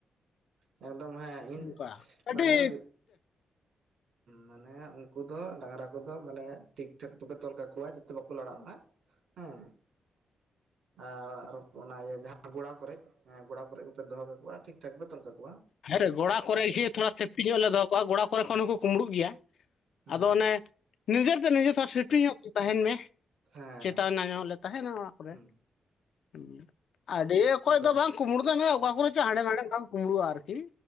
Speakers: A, on the right; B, on the left.
A: ᱦᱮᱸ ᱮᱠᱫᱚᱢ ᱦᱮᱸ ᱤᱧ
B: ᱚᱱᱠᱟ ᱟᱹᱰᱤ
A: ᱢᱟᱱᱮ ᱢᱟᱱᱮ ᱩᱱᱠᱩ ᱫᱚ ᱰᱟᱝᱨᱟ ᱠᱚ ᱫᱚ ᱢᱟᱱᱮ ᱴᱷᱤᱠ ᱴᱷᱟᱠ ᱛᱮ ᱯᱮ ᱛᱚᱞ ᱠᱟᱠᱚᱣᱟ ᱡᱟᱛᱮ ᱵᱟᱠᱚ ᱞᱟᱲᱟᱜ ᱢᱟ᱾ ᱦᱮᱸ ᱟᱨᱻᱻ ᱟᱨ ᱚᱱᱟ ᱤᱭᱟᱹ ᱡᱟᱦᱟᱸ ᱜᱚᱲᱟ ᱠᱚᱨᱮᱜ ᱮ ᱜᱚᱲᱟ ᱠᱚᱨᱮᱜ ᱜᱮ ᱯᱮ ᱫᱚᱦᱚ ᱠᱟᱠᱚᱣᱟ ᱴᱷᱤᱠᱼᱴᱷᱟᱠ ᱯᱮ ᱛᱚᱞ ᱠᱟᱠᱚᱣᱟ᱾
B: ᱦᱮᱸ ᱜᱚᱲᱟ ᱠᱚᱨᱮᱜ ᱜᱮ ᱛᱷᱚᱲᱟ ᱥᱮᱯᱴᱤ ᱧᱚᱜ ᱞᱮ ᱫᱚ ᱦᱚ ᱠᱚᱣᱟ ᱜᱚᱲᱟ ᱠᱚᱨᱮ
A: ᱦᱩᱸ
B: ᱠᱷᱚᱱ ᱦᱚᱸᱠᱚ ᱠᱩᱢᱵᱲᱩᱜ ᱜᱮᱭᱟ᱾
A: ᱦᱩᱸ
B: ᱟᱫᱚ ᱚᱱᱮ ᱱᱤᱡᱮ ᱛᱮ ᱱᱤᱡᱮ ᱥᱟᱸᱣ ᱥᱮᱯᱴᱤ ᱧᱚᱜ ᱛᱟᱦᱮᱱ ᱢᱮ᱾
A: ᱦᱮᱸ
B: ᱪᱮᱛᱟᱱ <unintelligible> ᱛᱟᱦᱮᱱᱟ ᱚᱲᱟᱜ ᱠᱚ ᱨᱮ
A: ᱦᱩᱸ
B: ᱦᱮ ᱟᱹᱰᱤ ᱚᱠᱚᱭ
A: ᱟᱫᱚ
B: ᱫᱚ ᱵᱟᱝ ᱠᱩᱢᱸᱵᱲᱩ ᱫᱚ ᱱᱟᱜ ᱚᱠᱟ ᱠᱚ ᱨᱮ ᱪᱚ ᱦᱟᱸᱰᱮ ᱱᱟᱰᱮ ᱠᱩᱢᱵᱲᱩᱼᱭᱟ ᱟᱨᱠᱤ